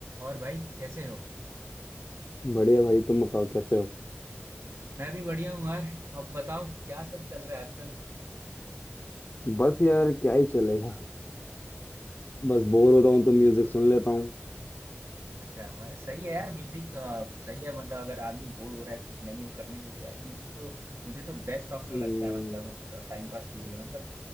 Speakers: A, on the right (about 80°); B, on the left (about 45°).
A: और भाई कैसे हो
B: बढ़िया भाई तुम बताओ कैसे हो
A: मैं भी बढ़िया हूँ यार अब बताओ क्या सब चल रहा है आजकल
B: बस यार क्या ही चलेगा बस बोर होता हूँ तो म्यूजिक सुन लेता हूँ
A: अच्छा वह सही है यार म्यूजिक सही है मतलब अगर आदमी बोर हो रहा है कुछ नहीं हो करने को तो यार म्यूजिक तो मुझे तो बेस्ट ऑप्शन
B: हम्म,
A: लगता है मतलब टाइम पास के लिए मतलब